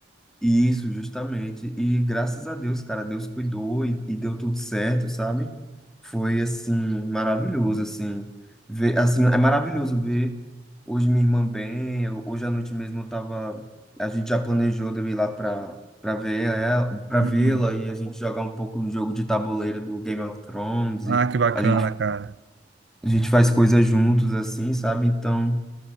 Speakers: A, in the centre; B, on the right.
A: isso, justamente. E graças a Deus, cara, Deus cuidou e, e deu tudo certo, sabe? Foi assim, maravilhoso, assim. Ver, assim, é maravilhoso ver hoje minha irmã bem. Eu- hoje à noite mesmo eu tava. A gente já planejou de eu ir lá pra, para ver ela, para
B: Uhum.
A: vê-la e a gente jogar um pouco do jogo de tabuleiro do Game of Thrones.
B: Ah,
A: E
B: que bacana,
A: a gente,
B: cara.
A: a gente faz coisas juntos, assim, sabe? Então.